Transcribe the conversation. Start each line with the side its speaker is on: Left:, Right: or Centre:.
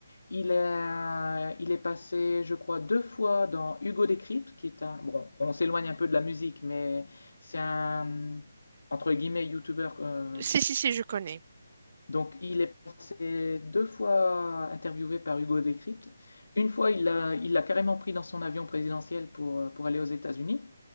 Left: Il a- il est passé, je crois, deux fois dans Hugo Décrypte, qui est un. Bon, on s'éloigne un peu de la musique, mais c'est un entre guillemets youtubeur. euh,
Right: Si si si, je connais.
Left: Donc, il est passé deux fois interviewé par Hugo Décrypte. Une fois, il l'a il l'a carrément pris dans son avion présidentiel pour, euh, pour aller aux États-Unis.